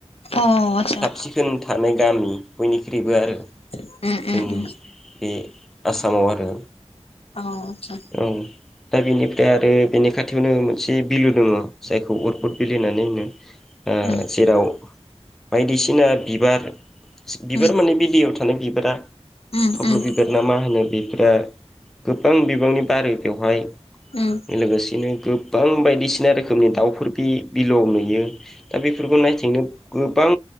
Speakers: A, on the left; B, in the centre.
A: अ आदसा
B: साब सिखोन थानाय गामि बयनिख्रुइबो
A: उम
B: आरो
A: उम उम
B: जोंनि
A: उम
B: बे आसामाव आरो।
A: औ आतसा।
B: औ दा बेनिफ्राय आरो बेनि खाथियावनो मोनसे बिलो दङ' जायखौ उरफद बिल होननानै होनो। ओ
A: उम
B: जेराव बायदिसिना बिबार, बिबार
A: उम
B: माने बि दैयाव थानाय बिबारा
A: उम
B: थब्ल'
A: उम
B: बिबार ना मा होनो बे ओ गोबां बिबांनि बारो बेवहाय
A: उम
B: लोगोसेनो गो बां बायदिसिना रोखोमनि दाउफोर बि बिलोआव नुयो दा बेफोरखौ नायथिंनो गोबां